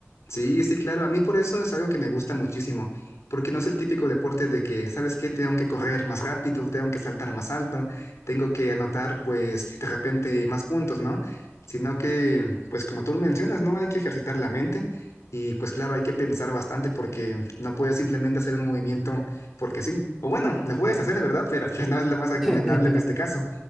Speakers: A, on the left; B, in the centre.
A: Sí, sí, claro. A mí por eso es algo que me gusta muchísimo, porque no es el típico deporte de que, ¿sabes qué? Tengo que correr más rápido, tengo que saltar más alto, tengo que anotar, pues, de repente más puntos, ¿no? Sino que, pues, como tú mencionas, ¿no? Hay que ejercitar la mente y, pues, claro, hay que pensar bastante porque no puedes simplemente hacer un movimiento porque sí. O bueno, lo puedes
B: Sí, po.
A: hacer, ¿verdad? <laughs> Pero pues no es lo más recomendable
B: <laughs>
A: en este caso.